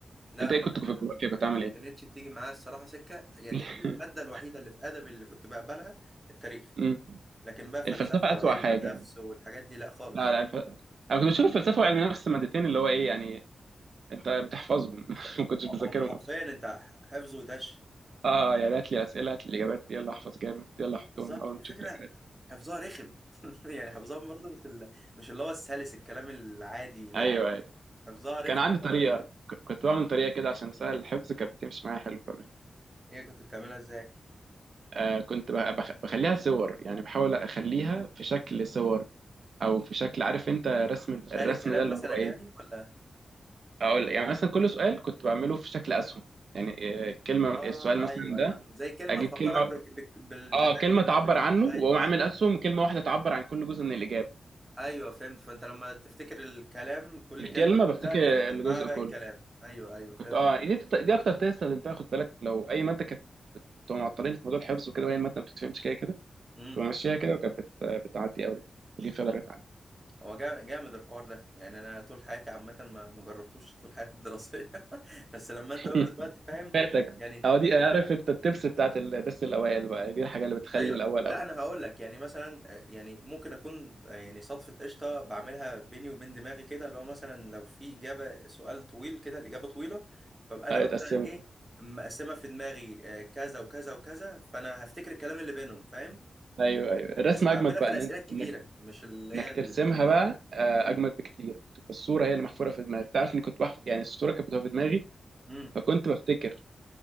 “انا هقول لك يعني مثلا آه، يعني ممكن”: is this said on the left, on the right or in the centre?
Right